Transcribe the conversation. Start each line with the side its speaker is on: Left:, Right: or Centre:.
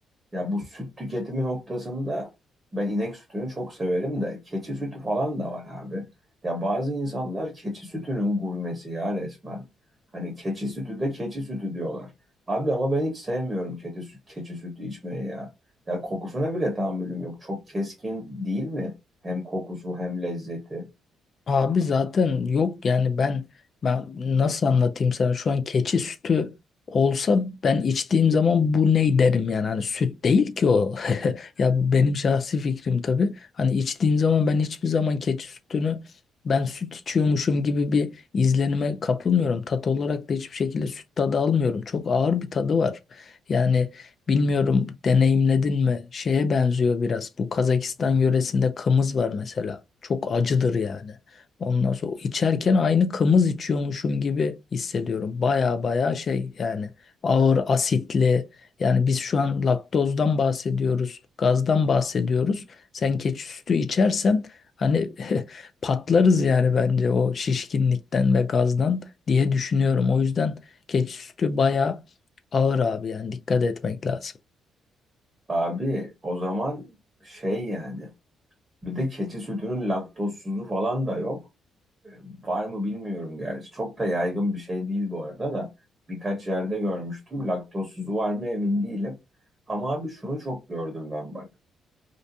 Right: Ya bu süt tüketimi noktasında ben inek sütünü çok severim de keçi sütü falan da var abi. Ya bazı insanlar keçi sütünün gurmesi ya resmen. Hani keçi sütü de keçi sütü diyorlar. Abi ama ben hiç sevmiyorum keçi, süt, keçi sütü içmeyi ya. Ya kokusuna bile tahammülüm yok. Çok keskin değil mi? Hem kokusu hem lezzeti.
Left: Abi zaten yok yani ben ben nasıl anlatayım sana şu an keçi sütü olsa ben içtiğim zaman bu ne derim yani hani süt değil ki o <laughs> ya benim şahsi fikrim tabii hani içtiğim zaman ben hiçbir zaman keçi sütünü ben süt içiyormuşum gibi bir izlenime kapılmıyorum tat olarak da hiçbir şekilde süt tadı almıyorum çok ağır bir tadı var yani bilmiyorum deneyimledin mi şeye benziyor biraz bu Kazakistan yöresinde kımız var mesela çok acıdır yani. Ondan sonra içerken aynı kımız içiyormuşum gibi hissediyorum. Baya baya şey yani ağır asitli. Yani biz şu an laktozdan bahsediyoruz, gazdan bahsediyoruz. Sen keçi sütü içersen hani <laughs> patlarız yani bence o şişkinlikten ve gazdan diye düşünüyorum. O yüzden keçi sütü baya ağır abi yani dikkat etmek lazım.
Right: Abi o zaman şey yani bir de keçi sütünün laktozsuzu falan da yok. E, Var mı bilmiyorum gerçi. Çok da yaygın bir şey değil bu arada da. Birkaç yerde görmüştüm. Laktozsuzu var mı emin değilim. Ama abi şunu çok gördüm ben bak.